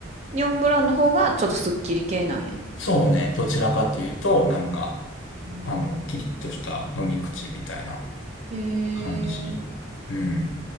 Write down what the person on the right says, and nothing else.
ニョンブランの方がちょっとすっきり系なんや。
うん
へ
え。